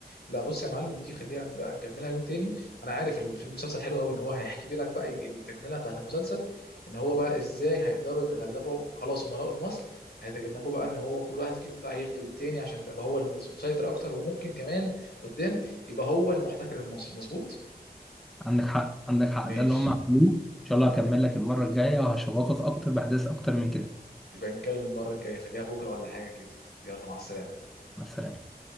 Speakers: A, on the left; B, in the centre.
A: لا بص يا معلم دي خليها بقى نكملها يوم تاني انا عارف ال- في المسلسل حلو قوي ان هو هيحكي لك بقى التكملة بتاعت المسلسل ان هو بقى ازاي هيقدروا يتغلبوا خلاص هم لقوا المصل هيتجنبوا بقى ان هو كل واحد فيهم بقى يغلب التاني عشان يبقى هو المسيطر اكتر وممكن كمان قدام يبقى هو المحتكر المصري مظبوط
B: عندك حق عندك حق
A: ماشي
B: ده اللي هم عملوه ان شاء الله هكمل لك المره الجايه وهشوقك اكتر باحداث اكتر من كده
A: يبقى نتكلم المرة الجاية خليها بكرة ولا حاجة كده يلا مع السلامة
B: مع السلامه